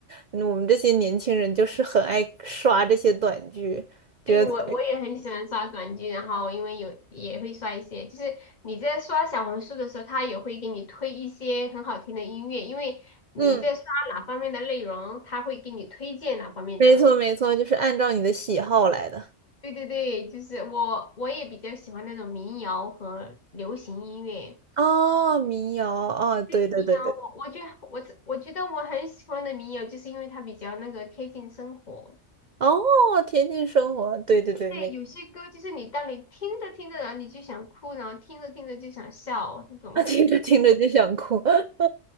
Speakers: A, on the right; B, on the left.
A: 嗯我们这些年轻人就是很爱刷这些短剧，觉得
B: 对，我我也很喜欢刷短剧，然后因为有也会刷一些，就是你在刷小红书的时候，它也会给你推一些很好听的音乐，因为你在刷哪方面的内容，
A: 嗯，
B: 它会给你推荐哪方面的。
A: 没错没错，就是按照你的喜好来的。
B: 对对对，就是我我也比较喜欢那种民谣和流行音乐。
A: 哦，民谣，哦，
B: 对民谣，
A: 对对对对。
B: 我我觉得我我觉得我很喜欢的民谣，就是因为它比较那个贴近生活。
A: 哦，田径生活，对对对，
B: 对，
A: 没
B: 有些歌就是你当你听着听着，然后你就想哭，然后听着听着就想笑，那种
A: 啊，听着听着就想哭。<laughs>